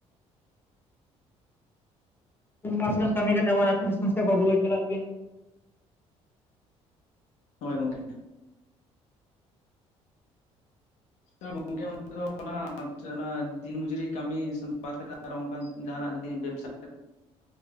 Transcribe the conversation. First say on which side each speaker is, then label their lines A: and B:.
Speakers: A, on the left; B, on the left.
A: ᱯᱳᱱ ᱢᱟᱥᱮ ᱜᱟᱱ ᱠᱟᱹᱢᱤ ᱠᱟᱛᱮ ᱟᱵᱟᱨ ᱟᱛᱩ ᱫᱤᱥᱚᱢ ᱥᱮᱫ ᱟᱵᱟᱨ ᱨᱩᱣᱟᱹᱲ ᱪᱟᱞᱟᱜ ᱵᱤᱱ <inaudible>
B: ᱦᱳᱭ ᱜᱚᱝᱠᱮ᱾ ᱛᱟ ᱜᱚᱝᱠᱮ <inaudible> ᱚᱱᱟ ᱫᱤᱱ ᱢᱚᱡᱩᱨᱤ ᱠᱟᱹᱢᱤ ᱵᱟᱫ ᱠᱟᱛᱮ ᱟ ᱟᱨ ᱚᱝᱠᱟᱱ ᱡᱟᱦᱟᱸᱱᱟᱜ ᱡᱩᱫᱤ ᱵᱮᱵᱽᱥᱟ